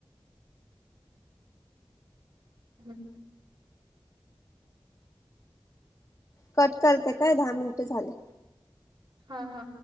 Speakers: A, on the right; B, on the left.
A: हम्
B: कट करते काय दहा मिनटे झाले
A: हा हा